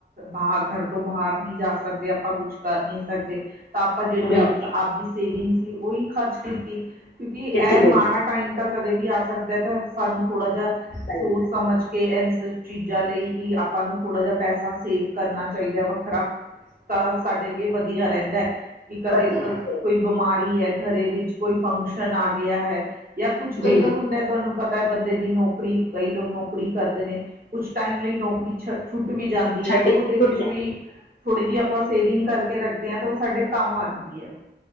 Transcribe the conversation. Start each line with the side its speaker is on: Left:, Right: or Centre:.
Right: ਆਖਿਰ ਘਰ ਤੋਂ ਬਾਹਰ ਨਹੀਂ ਜਾ ਸਕਦੇ ਆਪਾਂ ਕੁਛ। ਕਰ ਨਹੀਂ ਸਕਦੇ। ਤਾਂ ਆਪਾਂ ਜਿਹੜੀ
Left: ਬਿਲਕੁਲ
Right: ਆ ਆਪਦੀ ਸੇਵਿੰਗ ਸੀ, ਉਹੀ ਖਰਚ ਕੀਤੀ ਕਿਉਂਕਿ ਇਹ
Left: ਖੇਤੀ ਬਿਲਕੁਲ
Right: ਮਾੜਾ ਟਾਈਮ ਤਾਂ ਕਦੇ ਵੀ ਆ ਸਕਦਾ, ਤਾਂ ਸਾਨੂੰ ਥੋੜਾ ਜਿਹਾ
Left: ਸਹੀ
Right: ਸੋਚ। ਸਮਝ ਕੇ ਇਸ ਚੀਜ਼ਾਂ ਲਈ ਕਿ ਆਪਾਂ ਨੂੰ ਥੋੜ੍ਹਾ ਜਿਹਾ ਪੈਸਾ ਸੇਵ ਕਰਨਾ ਚਾਹੀਦਾ ਵੱਖਰਾ।
Left: ਹ।
Right: ਤਾਂ ਸਾਡੇ ਲਈ ਵਧੀਆ ਰਹਿੰਦਾ ਹੈ ਕਿ ਕਦੇ
Left: ਵਧੀਆ
Right: ਇੱਕ। ਕੋਈ ਬਿਮਾਰੀ ਹੈ ਘਰੇ ਵਿੱਚ ਕੋਈ ਫੰਕਸ਼ਨ ਆ ਗਿਆ ਹੈ ਜਾਂ ਕੁਛ ਕਈ
Left: ਜੀ
Right: ਵਾਰ
Left: ਜੀ
Right: ਹੁੰਦਾ ਤੁਹਾਨੂੰ ਪਤਾ। ਬੰਦੇ ਦੀ ਨੌਕਰੀ ਕਈ ਲੋਕ ਨੌਕਰੀ ਕਰਦੇ ਨੇ। ਕੁਛ ਟਾਈਮ ਲਈ ਨੌਕਰੀ ਛ ਛੁੱਟ ਵੀ ਜਾਂਦੀ
Left: ਛੱਡ
Right: ਹੈ ਤਾਂ
Left: ਛੁੱਟ
Right: ਉਹਦੇ ਵਿੱਚ
Left: ਜਾਂਦੀ
Right: ਵੀ। ਥੋੜੀ ਜਿਹੀ ਆਪਾਂ ਸੇਵਿੰਗ ਕਰਕੇ ਰੱਖਦੇ ਹਾਂ, ਤਾਂ ਉਹ ਸਾਡੇ ਕੰਮ ਆ ਜਾਂਦੀ ਹੈ।